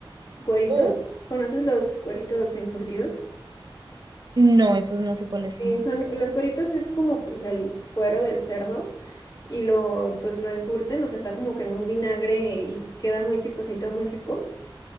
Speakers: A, on the left (about 45°); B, on the right (about 50°).
A: cueritos.
B: Uh,
A: ¿Conoces los cueritos encurtidos?
B: no, esos no sé cuáles
A: Sí,
B: son.
A: son, los cueritos es como, pues, o sea, el cuero del cerdo y lo, pues, lo encurten, o sea, está como que en un vinagre y queda muy picosito, muy rico.